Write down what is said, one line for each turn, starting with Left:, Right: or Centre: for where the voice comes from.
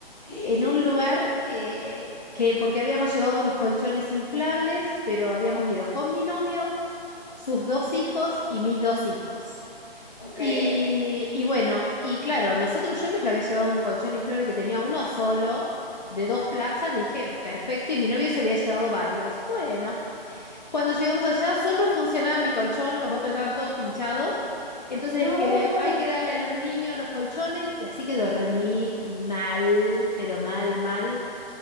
Centre: <gasps>
Left: en un lugar eh, que, porque habíamos llevado unos colchones inflables, pero habíamos ido con mi novio, sus dos hijos y mis dos hijos.
Centre: ok.
Left: Y, y bueno, y claro, nosotros yo me había llevado un colchón inflable que tenía uno solo, de dos plazas, dije, perfecto, y mi novio se había llevado varios. Bueno, cuando llegamos allá solo funcionaba mi colchón, los otros estaban todos pinchados. Entonces,
Centre: No.
Left: que hay que darle a los niños los colchones y así que dormí mal, pero mal, mal.